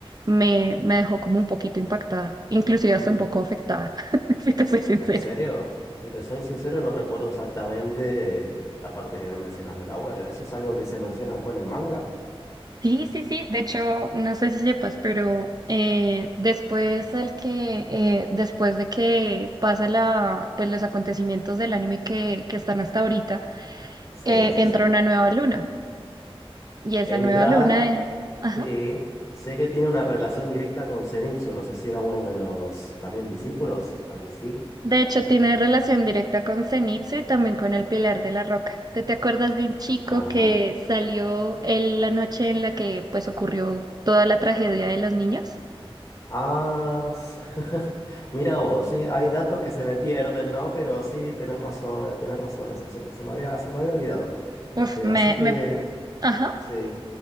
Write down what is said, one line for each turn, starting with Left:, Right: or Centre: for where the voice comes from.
Right: me, me dejó como un poquito impactada, inclusive hasta
Left: Ujú.
Right: un poco afectada, <laughs> si te soy sincera.
Left: En serio, si te soy sincero, no recuerdo exactamente eh, la parte que me mencionas del abuelo. ¿Eso es algo que se menciona después en el manga?
Right: Sí, sí, sí, de hecho, no sé si sepas, pero eh, después el que, eh, después de que pasa la, pues los acontecimientos del anime que, que están hasta ahorita,
Left: Sí,
Right: eh,
Left: sí,
Right: entra
Left: sí.
Right: una nueva luna, y esa
Left: Entra,
Right: nueva luna, eh, ajá.
Left: sí. Sé que tiene una relación directa con Zenitsu. No sé si era uno de los también discípulos, algo así.
Right: De hecho, tiene relación directa con Zenitsu y también con el Pilar de la Roca. ¿Tú te acuerdas de un chico
Left: Ajá.
Right: que salió en la noche en la que pues ocurrió toda la tragedia de los niños?
Left: Ah, s- <laughs> mira vos, sí, hay datos que se me pierden, ¿no? Pero sí, tenés razón, eh, tenés razón, eso se, se me había, se me había olvidado. Este,
Right: Uf, me,
Left: así que.
Right: me, ajá.
Left: Sí.